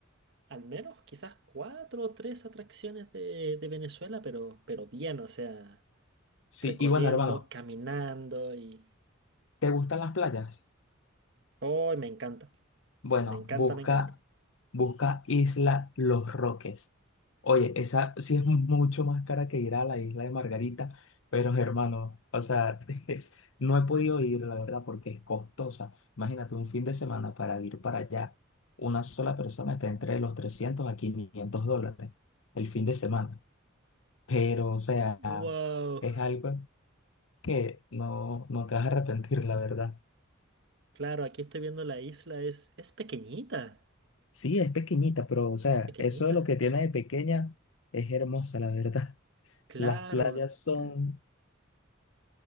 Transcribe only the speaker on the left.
Sí,
y bueno, hermano,
¿te gustan las playas?
Bueno,
busca,
busca Isla Los Roques. Oye, esa sí es mucho más cara que ir a la isla de Margarita, pero hermano, o sea, <laughs> es- no he podido ir, la verdad, porque es costosa. Imagínate, un fin de semana para ir para allá, una sola persona está entre los 300 a 500 dólares el fin de semana. Pero, o sea,
es algo que no, no te vas a arrepentir, la verdad.
Sí, es pequeñita, pero o sea,
eso de lo que tiene de pequeña es hermosa, la verdad. <laughs>
Las playas son,